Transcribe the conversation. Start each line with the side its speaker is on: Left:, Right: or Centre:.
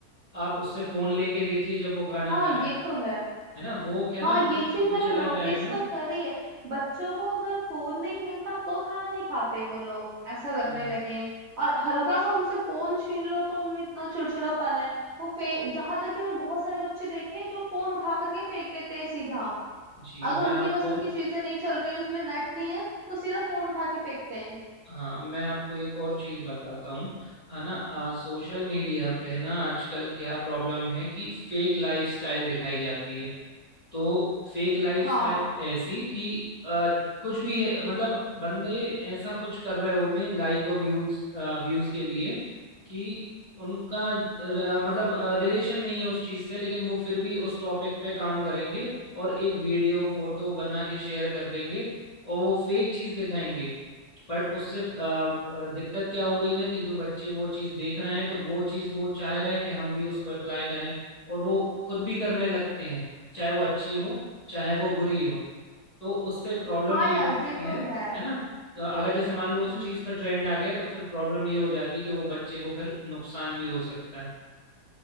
Left: आप उससे फोन लेके देखिए जब वो खाना
Right: हाँ
Left: खा रहे
Right: ये
Left: हैं
Right: तो है
Left: है ना वो क्या ना
Right: हाँ
Left: वो
Right: ये चीज
Left: चिड़चिड़ा
Right: मैंने नोटिस
Left: जाएगा
Right: तो करी है बच्चों को अगर फोन नहीं मिलता तो खाना नहीं खाते वो लोग ऐसा
Left: जी
Right: करने लगे हैं। और हल्का सा उनसे फोन छीन लो तो उनमें इतना चिड़चिड़ापन है वो फे यहाँ तक कि मैंने बहुत सारे बच्चे देखे हैं जो फोन उठा करके फेंक देते हैं सीधा
Left: जी
Right: अगर
Left: मैं
Right: उनकी
Left: आपको
Right: पसंद की चीजें नहीं चल रही उसमें नेट नहीं है तो सीधा फोन उठा के फेंकते हैं
Left: हाँ मैं आपको एक और चीज बताता हूँ है ना आ, सोशल मीडिया पे ना आजकल क्या प्रॉब्लम है कि फेक लाइफस्टाइल दिखाई जाती है तो फेक लाइफस्टाइल
Right: हाँ
Left: ऐसी कि आ, कुछ भी है, मतलब बंदे ऐसा कुछ कर रहे होते हैं लाइक और व्यूज व्यूज के लिए कि उनका अ, मतलब रिलेशन नहीं है उस चीज से लेकिन वो फिर भी उस टॉपिक पे काम करेंगे और एक वीडियो फोटो बना के शेयर कर देंगे और वो फेक चीज दिखाएंगे बट उससे अ, अ, दिक्कत क्या हो रही ना कि जो बच्चे वो चीज़ देख रहे हैं तो वो चीज़ वो चाह रहे हैं कि हम भी उसको अप्लाई करें और वो खुद भी करने लगते हैं चाहे वो अच्छी हो चाहे वो बुरी हो तो उससे प्रॉब्लम
Right: हाँ
Left: ये
Right: यार
Left: होती
Right: ये तो
Left: है
Right: है
Left: है ना तो अगर जैसे मान लो उस
Right: हम्म
Left: चीज़ का ट्रेंड आ गया तो फिर प्रॉब्लम ये हो जाती है कि वो बच्चे को फिर नुकसान भी हो सकता है